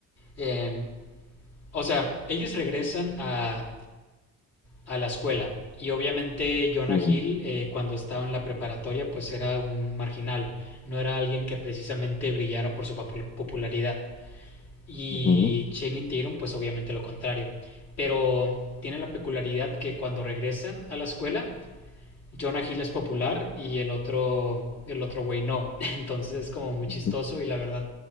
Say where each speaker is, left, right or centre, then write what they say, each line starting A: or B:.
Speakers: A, on the left (about 60°); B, on the left (about 35°).
A: eh, o sea, ellos regresan a a la escuela. Y obviamente Jonah
B: Sí.
A: Hill, eh, cuando estaba en la preparatoria, pues era un marginal, no era alguien que precisamente brillara por su popularidad. Y
B: Ujú,
A: Channing Tatum, pues obviamente lo contrario. Pero tiene la peculiaridad que cuando regresan a la escuela, Jonah Hill es popular y el otro, el otro güey no. <laughs> Entonces es como muy chistoso
B: ujú.
A: y la verdad,